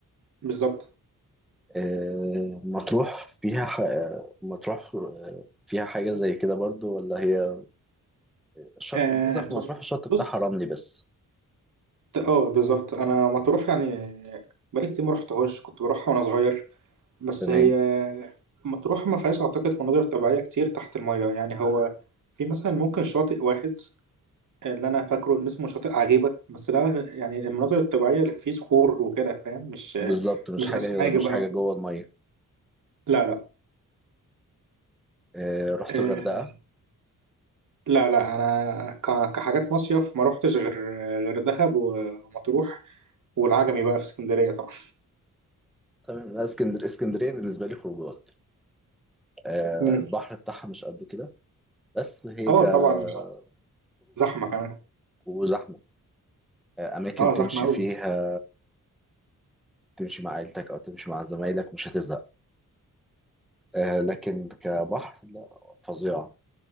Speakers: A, on the right; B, in the centre.
A: بالظبط
B: آه... مطروح فيها ح... مطروح آه، فيها حاجه زي كده برضو ولا هي الشط
A: آه
B: الميزه في مطروح الشط بتاعها
A: بص
B: رملي بس
A: اه بالظبط انا مطروح يعني بقالي كتير ما رحتهاش كنت بروحها وانا صغير بس
B: تمام
A: هي مطروح ما فيهاش اعتقد مناظر طبيعيه كتير تحت الميه يعني هو في مثلا ممكن شاطئ واحد اللي انا فاكره ان اسمه شاطئ عجيبه بس ده يعني المناظر الطبيعيه اللي فيه صخور وكده فاهم مش
B: بالظبط مش
A: مش
B: حاجه
A: اسماك
B: مش
A: بقى
B: حاجه
A: وكده
B: جوه الميه
A: لا لا
B: آه... رحت
A: آه،
B: الغردقه
A: لا لا انا ك- كحاجات مصيف ما روحتش غير غير دهب ومطروح والعجمي بقى في اسكندريه طبعا
B: تمام لا اسكندر اسكندريه بالنسبه لي خروجات آه،
A: مم.
B: البحر بتاعها مش قد كده بس هي
A: اه
B: كخروج
A: طبعا زحمه كمان
B: وزحمه آه، اماكن
A: اه
B: تمشي
A: زحمة أوي
B: فيها تمشي مع عيلتك او تمشي مع زمايلك مش هتزهق آه، لكن كبحر لا فظيعه